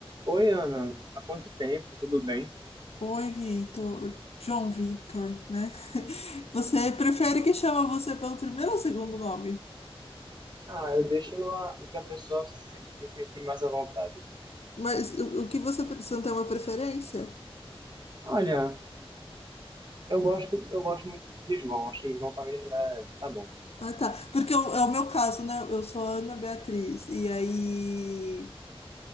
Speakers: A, on the right (about 45°); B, on the left (about 85°).
A: Oi, Ana, há quanto tempo? Tudo bem?
B: Oi, Vitor. João Vitor, né? <laughs> Você prefere que chama você pelo primeiro ou segundo nome?
A: Ah, eu deixo a, o que a pessoa se, se sentir mais à vontade.
B: Mas o, o que você, pre- você não tem uma preferência?
A: Olha, eu gosto, eu gosto muito de João, acho que João pra mim é, tá bom.
B: Ah, tá. Porque é o- é o meu caso, né? Eu sou Ana Beatriz. E aí,